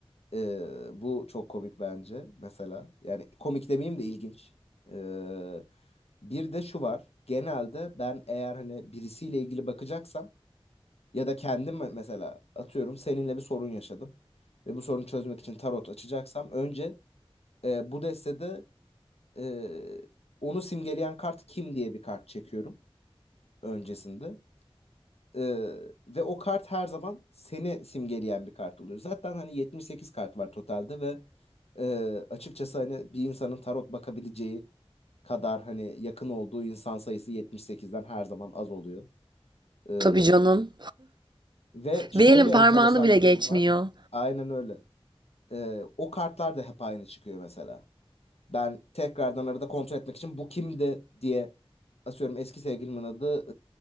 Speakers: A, on the left; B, on the right.
A: E, bu çok komik bence mesela. Yani komik demeyeyim de ilginç. E, bir de şu var. Genelde ben eğer hani birisiyle ilgili bakacaksam ya da kendim me- mesela atıyorum seninle bir sorun yaşadım ve bu sorunu çözmek için tarot açacaksam önce e, bu destede e, onu simgeleyen kart kim diye bir kart çekiyorum öncesinde. Ee, ve o kart her zaman seni simgeleyen bir kart oluyor. Zaten hani 78 kart var totalde ve e, açıkçası hani bir insanın tarot bakabileceği kadar hani yakın olduğu insan sayısı 78'den her zaman az oluyor. Ee,
B: Tabii canım.
A: ve şöyle
B: Bir elin parmağını
A: enteresan
B: bile
A: bir
B: geçmiyor.
A: durum var. Aynen öyle. Ee, o kartlar da hep aynı çıkıyor mesela. Ben tekrardan arada kontrol etmek için bu kimdi diye asıyorum eski sevgilimin adı